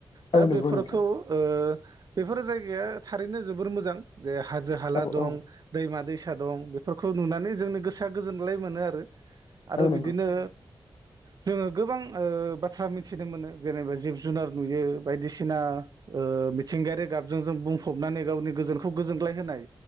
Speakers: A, on the right; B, on the left.
A: दा
B: औ नंगौ
A: बेफोरखौ
B: नोंथां
A: ओ बेफोर जायगाया थारैनो जोबोर मोजां जे हाजो हाला
B: औ
A: दं
B: औ
A: दैमा दैसा दं बेफोरखौ नुनानै जोंनि गोसोआ गोजोनग्लाय मोनो आरो। आरो
B: औ नंगौ
A: बिदिनो
B: <inaudible>
A: जोङो गोबां ओ बाथ्रा मिथिनो मोनो जेनेबा जिब जुनार नुयो बायदिसिना ओ बि थिंगायारि गाबजों जों बुंफबनानै गावनि गोजोनखौ गोजोनग्लाय होनाय।